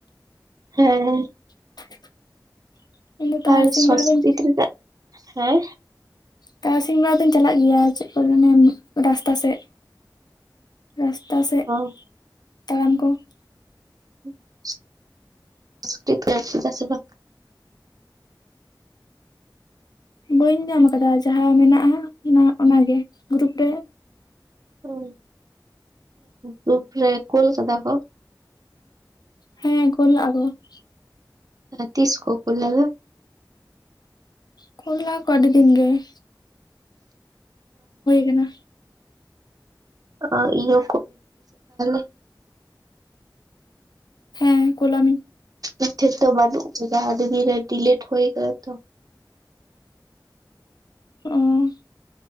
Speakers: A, on the right (about 50°); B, on the left (about 60°).
A: ᱦᱮᱸ ᱾
B: <inaudible> ᱤᱧ ᱫᱚ ᱛᱟᱨᱟᱥᱤᱧ
A: ᱟᱨ ᱥᱚᱥᱠᱨᱤᱛ
B: ᱵᱮᱲᱟ ᱫᱚᱧ
A: ᱨᱮᱱᱟᱜ, ᱦᱮᱸ
B: ᱛᱟᱨᱟᱥᱤᱧ ᱵᱮᱲᱟ ᱫᱩᱧ ᱪᱟᱞᱟᱜ ᱜᱮᱭᱟ ᱪᱮᱫ ᱠᱚ ᱢᱟᱱᱮ ᱨᱟᱥᱛᱟ ᱥᱮᱜ ᱾ ᱨᱟᱥᱛᱟ ᱥᱮᱫ
A: ᱚ
B: ᱛᱟᱲᱟᱢ ᱠᱚ ᱾
A: <inaudible>
B: ᱵᱟᱹᱧ ᱧᱟᱢ ᱟᱠᱟᱫᱟ ᱡᱟᱦᱟᱸ ᱢᱮᱱᱟᱜᱼᱟ ᱦᱟᱸᱜ ᱚᱱᱟ ᱚᱱᱟᱜᱮ ᱜᱨᱩᱯ ᱨᱮ
A: ᱦᱚᱭ ᱜᱨᱩᱯ ᱨᱮ ᱠᱩᱞ ᱠᱟᱫᱟ ᱠᱚ ᱾
B: ᱦᱮᱸ ᱠᱩᱞ ᱞᱟᱜ-ᱟᱠᱚ ᱾
A: ᱛᱤᱥ ᱠᱚ ᱠᱩᱞ ᱞᱮᱫᱟ?
B: ᱠᱩᱞ ᱞᱟᱜ-ᱟᱠᱚ ᱟᱹᱰᱤ ᱫᱤᱱ ᱜᱮ ᱾ ᱠᱟᱱᱟ
A: ᱚ ᱤᱭᱟᱹ <unintelligible> <unintelligible>
B: ᱦᱮᱸ ᱠᱳᱞᱟᱢᱤᱧ ᱾
A: ᱤᱧ ᱴᱷᱮᱱ ᱫᱚ ᱵᱟᱹᱱᱩᱜᱼᱟᱠᱟᱫᱟ ᱟᱹᱰᱤ ᱫᱤᱱ ᱰᱤᱞᱮᱴ ᱦᱩᱭ ᱠᱟᱱᱟ ᱛᱚ ᱾
B: ᱚᱸᱻ